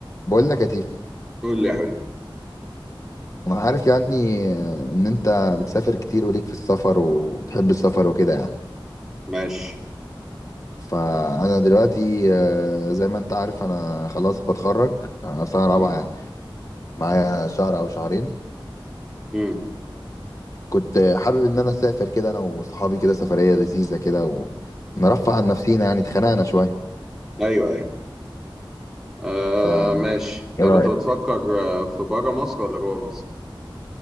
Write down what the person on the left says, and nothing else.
بقول لك يا تيف
انا عارف يعني ان انت بتسافر كتير وليك في السفر وبتحب السفر وكده يعني
فانا دلوقتي آه، زي ما انت عارف انا خلاص بتخرج آه، سنه رابعه
يعني معايا شهر او شهرين
كنت حابب ان انا اسافر كده انا وصحابي كده سفريه لذيذه كده ونرفع عن نفسينا يعني اتخنقنا شويه
ف
ايه
رايك